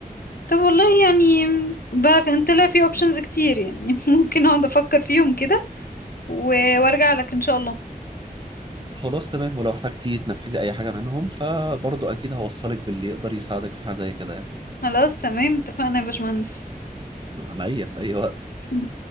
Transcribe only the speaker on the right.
خلاص تمام ولو احتجتي تنفذي اي حاجه منهم فبرضه اكيد هوصلك باللي يقدر يساعدك في حاجه زي كده يعني
من عينيا في اي وقت